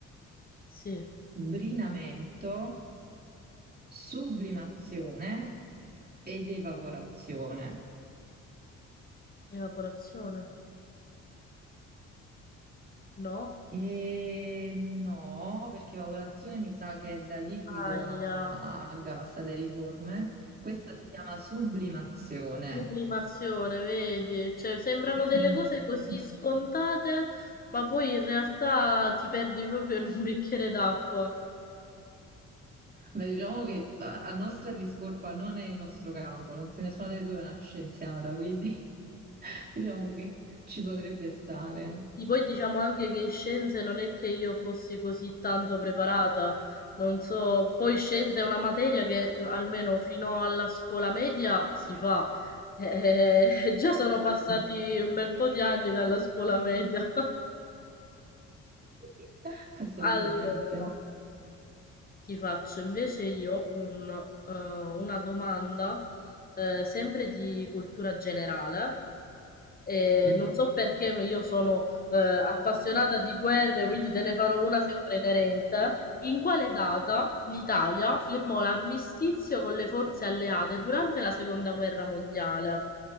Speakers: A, on the left; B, on the right.
A: Sì,
B: brinamento, sublimazione ed evaporazione.
A: evaporazione. No?
B: E no, perché evaporazione mi sa che è da liquido
A: Aia.
B: a, a gas, ad aeriforme. Questa si chiama sublimazione.
A: Sublimazione, vedi? Cioè, sembrano delle
B: Mm.
A: cose così
B: <laughs>
A: scontate, ma poi in realtà ti perdi proprio in un bicchiere d'acqua.
B: Beh, diciamo che a a nostra discolpa non è il nostro campo, non se nessuna delle due è una scienziata, quindi <laughs> diciamo che ci potrebbe stare.
A: E poi diciamo anche che in scienze non è che io fossi così tanto preparata, non so, poi scienze è una materia che eh, almeno fino alla scuola media si fa. Eh, <laughs> già sono passati
B: Mm.
A: un bel po' di anni dalla scuola media. <laughs>
B: <laughs> Assolutamente.
A: Allora. Ti faccio invece io un, eh, una domanda, eh, sempre di cultura generale. E
B: Mm,
A: non so perché, ma io sono eh, appassionata di guerre, quindi te ne farò una sempre inerente. In quale data l'Italia firmò l'armistizio con le forze alleate durante la seconda guerra mondiale?